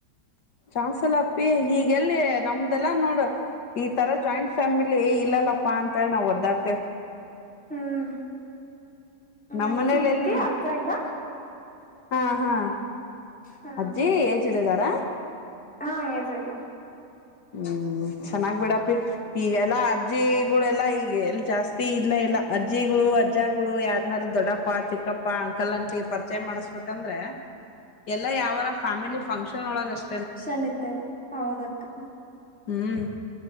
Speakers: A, on the left (about 75°); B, in the centre.
A: <unintelligible> ಪ್ಪಿ ಈಗೆಲ್ಲಿ ನಮ್ದಲ್ಲಾ ನೋಡು. ಈ ತರ ಜಾಯಿಂಟ್ ಫ್ಯಾಮಿಲಿ ಇಲ್ಲಲ್ಲಪ್ಪಾ ಅಂತ ಹೇಳಿ ನಾವವು ಒದ್ದಾಡ್ತೇವೆ
B: ಹ್ಮ್
A: ನಮ್
B: ಅಜ್ಜಿ
A: ಮನೇಲಿ
B: ಐತಿ
A: ಎಲ್
B: ಅಜ್ಜ ಇಲ್ಲ
A: ಹಾ ಹಾ
B: ಹ
A: ಅಜ್ಜಿ ಏಡಿದಾರ
B: ಹಾ ಏಜ್ ಆಗೈತೆ
A: ಹ್ಮ್ ಚೆನ್ನಾಗ್ ಬಿಡಪಿ ಈಗೆಲ್ಲಾ ಅಜ್ಜಿಗಳೆಲ್ಲಾ ಈಗ ಎಲ್ ಜಾಸ್ತಿ ಇಲ್ಲ ಎಲ್ಲಾ ಅಜ್ಜಿಗಳು ಅಜ್ಜಗಳು ಯಾರನಾರು ದೊಡ್ಡಪ್ಪಾ ಚಿಕ್ಕಪ್ಪ ಅಂಕಲ್ ಅಂಕ್ಲಿ ಪರಿಚಯ ಮಾಡಸ್ಬೇಕಂದ್ರೆ ಎಲ್ಲ ಯಾವರ ಫ್ಯಾಮಿಲಿ ಫಂಕ್ಷನ್ ಒಳಗಷ್ಟೇ
B: ಶನೀ ಇದ್ದಾಗ ಹೌದಕ್ಕ
A: ಹ್ಮ್